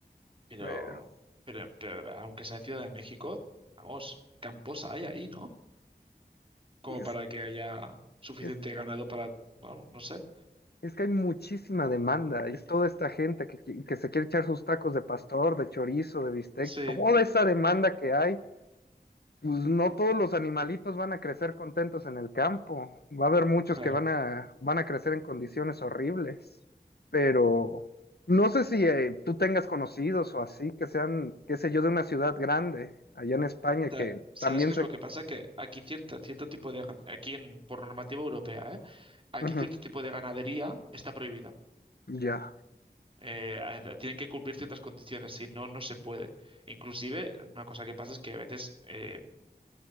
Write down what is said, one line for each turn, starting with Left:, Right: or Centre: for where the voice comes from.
Right: Pero,
Left: pero...
Right: pero, pero aunque sea Ciudad de México, vamos, camposa hay ahí, ¿no? Como
Left: Es
Right: para que haya suficiente
Left: Es,
Right: ganado para, bueno, no sé.
Left: es que hay muchísima demanda, y es toda esta gente que, qui- que se quiere echar sus tacos de pastor, de chorizo, de bistec,
Right: Sí,
Left: toda esa demanda que hay, pues no todos los animalitos van a crecer contentos en el campo, va a haber muchos
Right: claro.
Left: que van a, van a crecer en condiciones horribles, pero no sé si eh, tú tengas conocidos o así, que sean, qué sé yo, de una ciudad grande, allá en España,
Right: O
Left: que
Right: ¿sabes
Left: también
Right: qué es
Left: se...
Right: lo que pasa? Que aquí cierta, cierto tipo de, gan- aquí en, por normativa europea, ¿eh? Aquí
Left: Ujú,
Right: cierto tipo de ganadería está prohibida.
Left: ya.
Right: Eh, eh, tienen que cumplir ciertas condiciones, si no, no se puede. Inclusive, una cosa que pasa es que a veces eh,